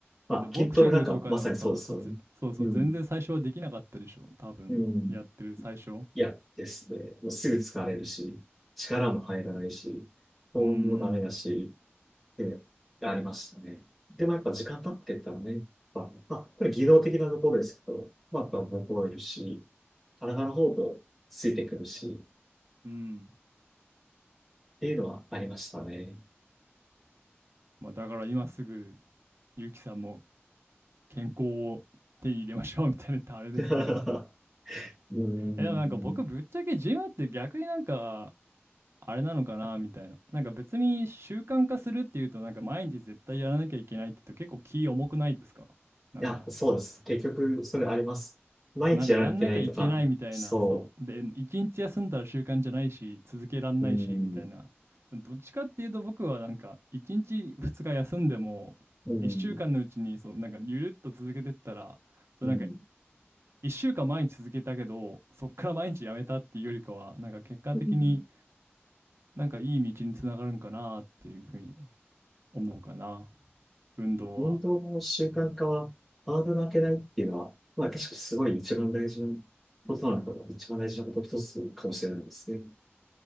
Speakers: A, in the centre; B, on the right (about 70°).
A: まあ、
B: だってボクシングとかでもさ、
A: 筋トレなんかまさにそうですよね。
B: そう、ぜそうそう、
A: うん。
B: 全然最初はできなかったでしょ、多分、
A: うん。
B: やってる最初。
A: 嫌ですね。もうすぐ疲れるし、力も入らないし、保温もダメだし、
B: うんうん。
A: で、ありましたね。でもやっぱ時間経ってったらね、まあ、まあこれ技能的なところですけど、まあ、やっぱ覚えるし、体の方もついてくるし、
B: うん。
A: っていうのはありましたね。
B: まあ、だから今すぐ、ゆうきさんも健康を手に入れましょう、みたいな言ったらあれですけど。
A: <laughs> うーん。
B: え、でもなんか僕ぶっちゃけジムって逆になんかあれなのかなみたいな。なんか別に習慣化するっていうとなんか毎日絶対やらなきゃいけないって言うと結構気重くないですかなんか、
A: いや、そうです。結局、それあります。毎日やらなきゃいけないとか、
B: そう、なんかやんなきゃいけないみたいな、
A: そ
B: そう。で、一日休んだら習慣じゃないし、続けらんないし、
A: う。うー
B: みたいな。
A: ん。
B: どっちかっていうと僕はなんか一日二日休んでも一週間のうちにそう、
A: うーん。
B: なんかゆるっと続けてったら、そうなんか
A: うん。
B: 一週間毎日続けたけど、そっから毎日やめたっていうよりかは、なんか結果的に
A: うん
B: なんかいい道につながるんかなっていうふうに思うかな。運動は。
A: 運動の習慣化はハードルを上げないっていうのは、まあ、確かにすごい一番大事なことなのかな、一番大事なこと一つかもしれないですね。